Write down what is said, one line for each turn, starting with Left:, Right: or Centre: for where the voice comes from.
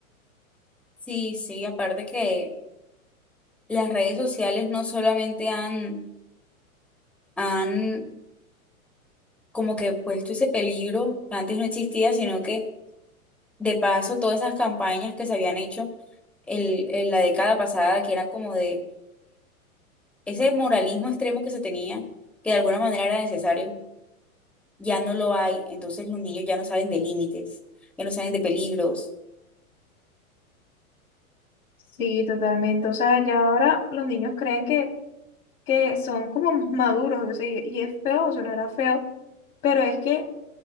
Centre: Sí, sí, aparte que las redes sociales no solamente han, han como que puesto ese peligro que antes no existía, sino que de paso todas esas campañas que se habían hecho el- en la década pasada, que era como de, ese moralismo extremo que se tenía, que de alguna manera era necesario, ya no lo hay. Entonces los niños ya no saben de límites, ya no saben de peligros.
Left: Sí, totalmente, o sea, ya ahora los niños creen que, que son como maduros, o sea, y, y es feo, sonará feo, pero es que